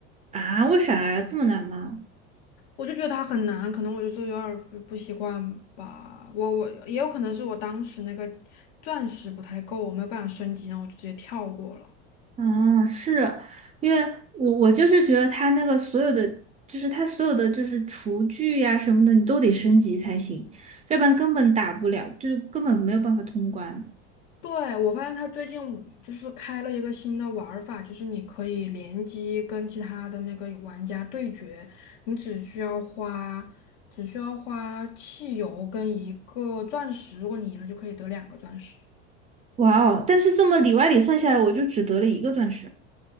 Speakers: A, on the right; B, on the left.
A: 啊，为啥呀？这么难吗？
B: 我就觉得它很难，可能我就是有点儿不不习惯吧。我我也有可能是我当时那个钻石不太够，我没有办法升级，然后我就直接跳过了。
A: 啊，是因为我我就是觉得它那个所有的，就是它所有的就是厨具呀、什么的，你都得升级才行，要不然根本打不了，就根本没有办法通关。
B: 对，我发现他最近就是开了一个新的玩儿法，就是你可以联机跟其他的那个玩家对决，你只需要花只需要花汽油跟一个钻石，如果你赢了就可以得两个钻石，
A: 哇哦！但是这么里外里算下来，我就只得了一个钻石